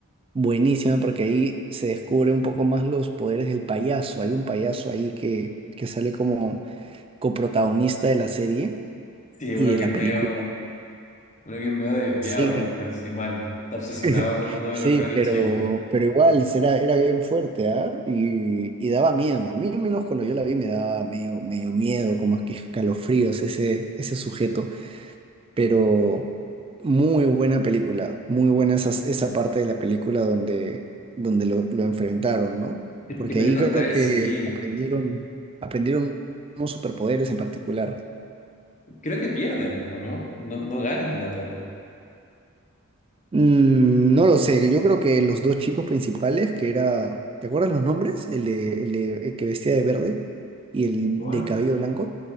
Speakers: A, on the right (about 25°); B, on the left (about 35°).
A: buenísima porque ahí se descubre un poco más los poderes del payaso. Hay un payaso ahí que, que sale como coprotagonista de la serie
B: Sí,
A: y
B: uno
A: de
B: que
A: la
B: es medio,
A: película.
B: uno que es medio desviado
A: Sí,
B: ya, pero así mal. Está obsesionado
A: <laughs>
B: con uno de
A: Sí,
B: los cabros
A: pero,
B: chicos.
A: pero igual era, era bien fuerte, ¿ah? Y, y daba miedo. A mí, al menos cuando yo la vi, me daba medio, medio miedo, como que escalofríos ese, ese sujeto. Pero muy buena película, muy buena esa, esa parte de la película donde, donde lo, lo enfrentaron, ¿no?
B: Tienen
A: Porque
B: que pelear
A: ahí
B: contra
A: creo
B: él,
A: que
B: sí.
A: aprendieron, aprendieron unos superpoderes en particular.
B: Creo que pierden, ¿o no? No, no ganan la torre.
A: Mm, No lo sé, yo creo que los dos chicos principales, que era, ¿te acuerdas los nombres? El, de- el, de- el que vestía de verde y
B: Eh,
A: el
B: Gon,
A: de cabello blanco.